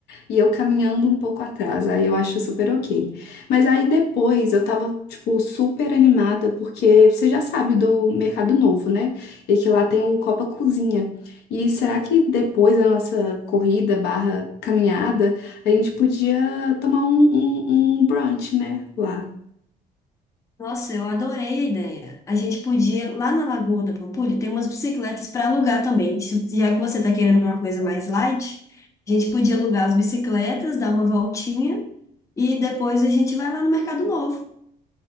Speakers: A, on the left (about 75°); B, on the left (about 20°).
A: e eu caminhando um pouco atrás, aí eu acho super ok. Mas aí depois eu tava, tipo, super animada, porque você já sabe do Mercado Novo, né? E que lá tem o Copa Cozinha. E será que depois da nossa corrida barra caminhada, a gente podia tomar um, um, um brunch, né? Lá.
B: Nossa, eu adorei a ideia. A gente podia, lá na Lagoa da Pampulha, ter umas bicicletas para alugar também. Se- Já que você está querendo uma coisa mais light, a gente podia alugar as bicicletas, dar uma voltinha e depois a gente vai lá no Mercado Novo.